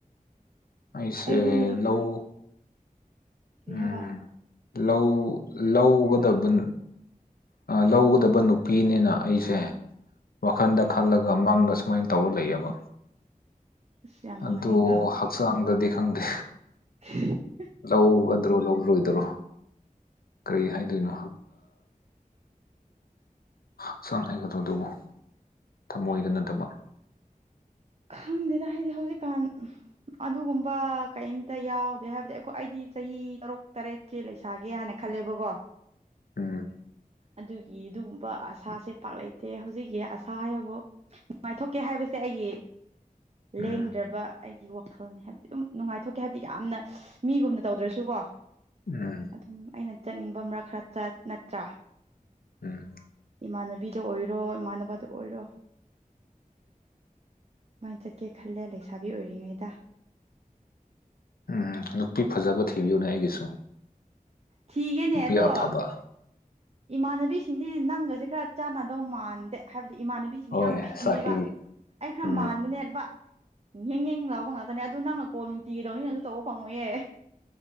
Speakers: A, on the left; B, on the right.
A: ꯑꯩꯁꯦ
B: ꯑꯩꯗꯤ
A: ꯂꯧ
B: ꯀ꯭ꯔꯤꯍꯕ
A: ꯎꯝ ꯂꯧ ꯂꯧꯒꯗꯕꯅꯤ ꯂꯧꯒꯗꯕ ꯅꯨꯄꯤꯅꯤꯅ ꯑꯩꯁꯦ ꯋꯥꯈꯟꯗ
B: ꯎꯝ
A: ꯈꯜꯂꯒ ꯃꯪꯗ ꯁꯨꯃꯥꯏꯅ ꯇꯧꯔ ꯂꯩꯌꯦꯕ
B: ꯑꯁ ꯌꯥꯝ ꯅꯨꯡꯉꯥꯏꯌꯦꯀꯣ
A: ꯑꯗꯨ ꯍꯛꯆꯥꯡꯗꯗꯤ ꯈꯪꯗꯦ
B: ꯎ
A: ꯂꯧ ꯒꯗ꯭ꯔꯣ ꯂꯧꯗ꯭ꯔꯣꯏꯗ꯭ꯔꯣ ꯀꯔꯤ ꯍꯥꯏꯗꯣꯏꯅꯣ ꯍꯛꯆꯥꯡ ꯍꯥꯏꯒꯗ꯭ꯔꯣ ꯑꯗꯨꯕꯨ ꯊꯃꯣꯏꯗ ꯅꯠꯇꯕ
B: ꯈꯪꯗꯦꯗ ꯍꯥꯏꯗꯤ ꯍꯧꯖꯤꯛꯀꯥꯟ ꯑꯗꯨꯒꯨꯝꯕ ꯀꯩꯝꯇ ꯌꯥꯎꯗꯦ ꯍꯥꯏꯕꯗꯤ ꯑꯩꯈꯣꯏ ꯑꯩꯗꯤ ꯆꯍꯤ ꯇꯔꯨꯛ ꯇꯔꯦꯠ ꯀꯦ ꯂꯩꯁꯥꯒꯦ ꯍꯥꯏꯅ ꯈꯜꯂꯦꯕꯀꯣ
A: ꯎꯝ
B: ꯑꯗꯨꯒꯤ ꯑꯗꯨꯒꯨꯝꯕ ꯑꯁꯥꯁꯦ ꯄꯥꯛꯂꯇꯦ ꯍꯧꯖꯤꯛꯀꯤ ꯑꯁꯥ ꯍꯥꯏꯕꯕꯨ ꯅꯨꯡꯉꯥꯏꯊꯣꯛꯀꯦ ꯍꯥꯏꯕꯁꯦ ꯑꯩꯒꯤ
A: ꯎꯝ
B: ꯂꯦꯡꯗ꯭ꯔꯕ ꯑꯩꯒꯤ ꯋꯥꯈꯜꯅꯤ ꯍꯥꯏꯕꯗꯤ ꯑꯗꯨꯝ ꯅꯨꯡꯉꯥꯏꯊꯣꯛꯀꯦ ꯍꯥꯏꯕꯗꯤ ꯌꯥꯝꯅ ꯃꯤꯒꯨꯝꯅ ꯇꯧꯗ꯭ꯔꯁꯨꯀꯣ
A: ꯎꯝ
B: ꯑꯗꯨꯝ ꯑꯩꯅ ꯆꯠꯅꯤꯡꯕ ꯃꯔꯛ ꯈꯔ ꯅꯠꯇ꯭ꯔꯥ
A: ꯎꯝ
B: ꯏꯃꯥꯟꯅꯕꯤꯗ ꯑꯣꯏꯔꯣ ꯏꯃꯥꯟꯅꯕꯗ ꯑꯣꯏꯔꯣ ꯀꯃꯥꯏꯅ ꯆꯠꯀꯦ ꯈꯜꯂꯦ ꯂꯩꯁꯥꯕꯤ ꯑꯣꯏꯔꯤꯉꯩꯗ
A: ꯎꯝ ꯅꯨꯄꯤ ꯐꯖꯕ ꯊꯤꯕꯤꯌꯨꯅꯦ ꯑꯩꯒꯤꯁꯨ
B: ꯊꯤꯒꯦꯅꯦ
A: ꯅꯨꯄꯤ
B: ꯑꯗꯣ
A: ꯑꯐꯕ
B: ꯏꯃꯥꯟꯅꯕꯤꯁꯤꯡꯁꯤ ꯅꯪꯒꯁꯦ ꯈꯔ ꯆꯥꯟꯅꯗꯧ ꯃꯥꯟꯗꯦ ꯍꯥꯏꯕꯗꯤ ꯏꯃꯥꯟꯅꯕꯤ ꯕꯤꯁꯤꯗꯤ
A: ꯍꯣꯏ
B: ꯌꯥꯝ ꯄꯤꯛꯉꯦꯕ
A: ꯆꯍꯤ
B: ꯑꯩ ꯈꯔ
A: ꯎꯝ
B: ꯃꯥꯟꯕꯅꯦꯕ ꯌꯦꯡ ꯌꯦꯡ ꯂꯥꯎꯕ ꯉꯥꯛꯇꯅꯦ ꯑꯗꯨꯗꯣ ꯅꯪꯅ ꯀꯣꯜ ꯅꯨꯡꯇꯤꯒꯤꯩꯗꯧꯅꯤꯅꯪꯁꯨ ꯇꯧꯑꯣ ꯐꯉ ꯌꯥꯦ